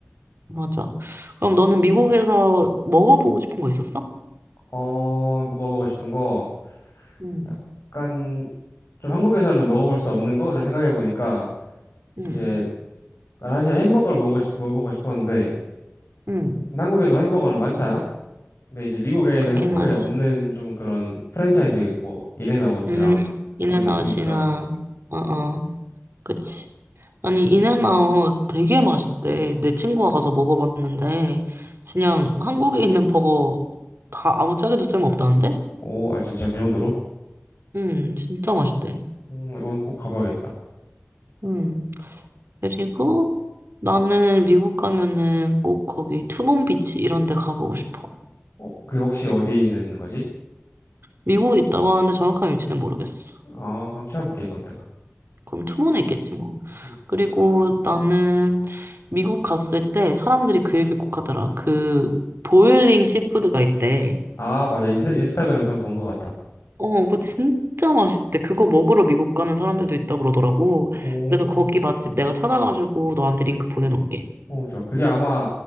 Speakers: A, on the right (about 55°); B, on the left (about 65°).
A: 맞아. 그럼 너는 미국에서 먹어보고 싶은 거 있었어?
B: 어, 먹어보고 싶은 거,
A: 응,
B: 약간, 좀 한국에서는 먹어볼 수 없는 거를 생각해보니까,
A: 응,
B: 이제, 난 사실 햄버거를 먹고 싶, 먹어보고 싶었는데,
A: 응.
B: 근데 한국에도 햄버거는 많잖아? 근데 이제 미국에는
A: 그렇긴
B: 한국에
A: 하지.
B: 없는 좀 그런 프랜차이즈, 뭐, 인앤아웃이랑
A: 음, 인앤아웃이나,
B: 그런 게 있으니까,
A: 어, 어, 그치. 아니, 인앤아웃 되게 맛있대. 내 친구가 가서 먹어봤는데, 그냥 한국에 있는 버거 다 아무 짝에도 쓸모없다는데?
B: 오, 아, 진짜 그 정도로?
A: 음, 진짜 맛있대.
B: 음, 이건 꼭 가봐야겠다.
A: 음, 그리고 나는 미국 가면은 꼭 거기 투몬비치 이런 데 가보고 싶어.
B: 어, 그게 혹시 어디에 있는 거지?
A: 미국에 있다고 하는데 정확한 위치는 모르겠어.
B: 아, 그럼 찾아볼게, 이건 내가.
A: 그럼 투모는 있겠지 뭐.
B: 음.
A: 그리고 나는 미국 갔을 때 사람들이 그 얘기를 꼭 하더라. 그 보일링 시푸드가 있대.
B: 아, 맞아. 인스, 인스타그램에서 한번 본 것 같아.
A: 어, 그거 진짜 맛있대. 그거 먹으러 미국 가는 사람들도 있다 그러더라고.
B: 오,
A: 그래서 거기 맛집 내가 찾아가지고 너한테 링크 보내놓을게.
B: 오, 좋아. 그게 아마